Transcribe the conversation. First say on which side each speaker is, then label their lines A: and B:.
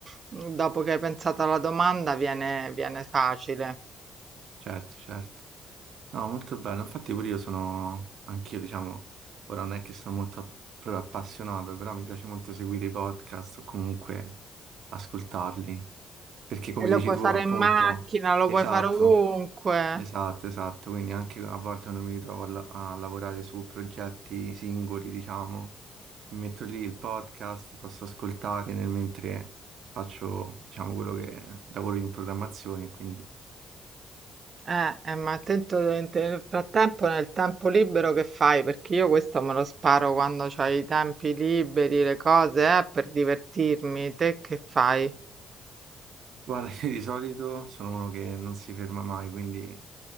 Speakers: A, on the right; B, on the right.
A: dopo che hai pensato alla domanda, viene, viene facile.
B: Certo, certo. No, molto bello. Infatti pure io sono, anch'io diciamo, ora non è che sono molto proprio appassionato, però mi piace molto seguire i podcast o comunque ascoltarli. Perché come
A: E lo
B: dici
A: puoi
B: tu,
A: fare
B: appunto,
A: in macchina, lo
B: esatto,
A: puoi fare ovunque.
B: esatto, esatto. Quindi anche a volte quando mi ritrovo a, la- a lavorare su progetti singoli, diciamo, mi metto lì il podcast, posso ascoltare nel mentre faccio, diciamo, quello che lavoro io in programmazione, quindi...
A: Eh, eh, ma attento, nel nel frattempo nel tempo libero che fai? Perché io questo me lo sparo quando c'hai i tempi liberi, le cose, eh, per divertirmi. Te che fai?
B: Guarda, io di solito sono uno che non si ferma mai, quindi